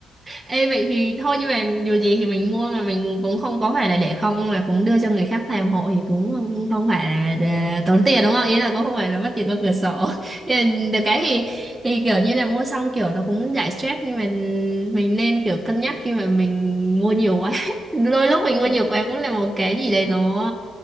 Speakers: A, on the right (about 15°); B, on the left (about 75°).
A: Ê vậy thì thôi nhưng mà dù gì thì mình mua mà mình cũng không có phải là để không mà cũng đưa cho người khác làm hộ thì cũng không, không phải là
B: Ờ,
A: là tốn tiền đúng không? Ý là cũng không phải là mất tiền qua cửa sổ. <laughs> Nhưng được
B: đúng
A: cái
B: rồi
A: thì thì kiểu như là mua xong kiểu nó cũng giải stress nhưng mà mình nên kiểu cân nhắc khi mà mình mua nhiều quá. <laughs> Đôi lúc mình mua nhiều quá
B: Ừ,
A: cũng là một cái gì đấy nó